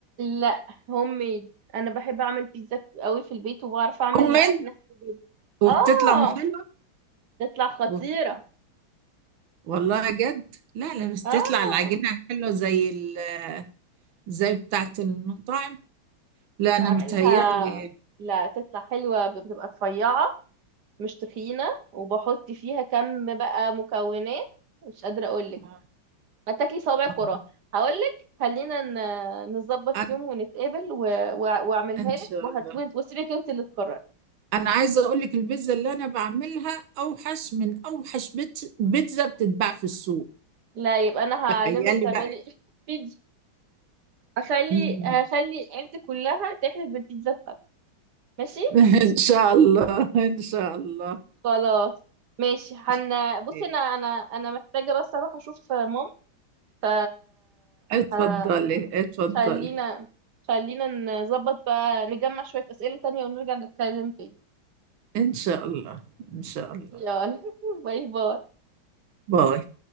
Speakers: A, on the right; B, on the right.
A: لا هوم ميد انا بحب اعمل بيتزا قوي في البيت وبعرف اعمل
B: هوميد
A: العجينه في البيت
B: وبتطلع
A: اه
B: حلوه
A: تطلع خطيره
B: وبت- والله جد لا لا مش تطلع
A: اه
B: العجينه حلوه زي ال... زي بتاعه المطاعم لا انا
A: بعملها
B: متهيألي
A: لا تطلع حلوه بتبقى رفيعه مش تخينه وبحط فيها كم بقى مكونات مش قادره اقول لك
B: آه،
A: ما تاكلي صوابعك
B: آه.
A: وراها هقول لك خلينا ن- نظبط
B: أنا
A: يوم ونتقابل و... و... واعملك
B: إن شاء
A: وهت...
B: الله
A: وسيبك انت اللي تقرري
B: أنا عايزة أقول لك البيتزا اللي أنا بعملها أوحش من أوحش بيت- بيتزا بتتباع في السوق
A: لا يبقى انا هعلمك
B: تخيلي
A: تعملي
B: بقى
A: <laughs> بيتزا. اخلي
B: مم.
A: هخلي العيلة كلها تحلف بالبيتزا بتاعتك ماشي
B: <laughs> إن شاء الله إن شاء الله
A: خلاص ماشي حن
B: ماشي. أوكي.
A: بصي انا انا انا محتاجة بس اروح اشوف ماما ف
B: اتفضلي
A: ه-
B: اتفضلي
A: خلينا خلينا نظبط بقى نجمع شوية أسئلة تانية ونرجع نتكلم تاني
B: إن شاء الله إن شاء الله
A: يلا <laughs> باي باي
B: باي